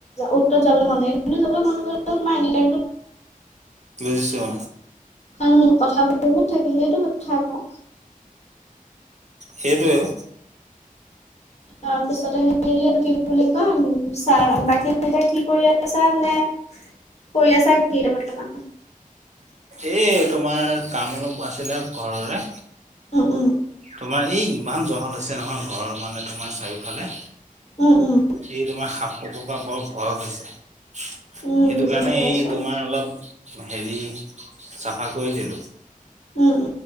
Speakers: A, on the left; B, on the right.
A: উত্তৰত যাবলৈ মন যায় কিন্তু যাবলৈ মন গ'লে এনি টাইম
B: বুজিছো অ
A: কাৰণ কথাবোৰ বহুত থাকে সেইটো কথা কওঁ
B: সেইটোৱে ঔ
A: তাৰপিছতে হেৰি কি বুলি কম চা বাকীকেইটা কি কৰি আছা মানে কৰি আছা কি এতিয়া বৰ্তমান
B: এ তোমাৰ কাম অলপ আছিলে ঘৰৰে
A: উম, উম,
B: তোমাৰ এই ইমান জংঘল হৈছে নহয় ঘৰৰ মানে তোমাৰ চাৰিওফালে
A: উম উম
B: এই <unintelligible> পৰা বৰ ভয় হৈছে সেইটো
A: উম, বুজি
B: কাৰণে
A: পাইছোঁ
B: এই তোমাৰ অলপ হেৰি চাফা কৰি দিলো।
A: উম,